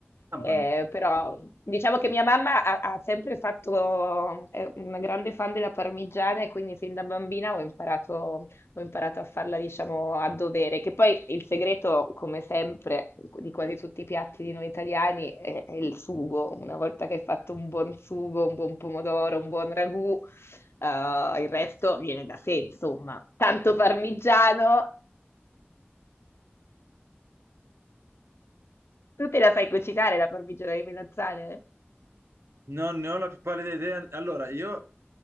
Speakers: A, on the right (about 80°); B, on the left (about 75°).
A: Ah,
B: Eh,
A: ma
B: però diciamo che mia mamma ha, ha sempre fatto, è una grande fan della parmigiana e quindi sin da bambina ho imparato, ho imparato a farla, diciamo, a dovere. Che poi il segreto, come sempre, di quasi tutti i piatti di noi italiani è, è il sugo. Una volta che hai fatto un buon sugo, un buon pomodoro, un buon ragù. Eh, il resto viene da sé, insomma. Tanto parmigiano. Tu te la fai cucinare la parmigiana di melanzane?
A: non ne ho la più pallida idea. Allora, io